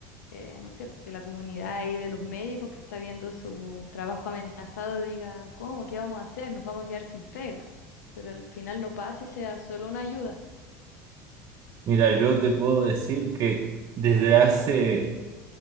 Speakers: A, on the left (about 75°); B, on the right (about 45°).
A: eh, no sé, porque la comunidad ahí de los médicos que está viendo su trabajo amenazado diga, ¿cómo? ¿Qué vamos a hacer? Nos vamos a quedar sin pega. Pero al final no pasa y sea solo una ayuda.
B: mira, yo te puedo decir que desde hace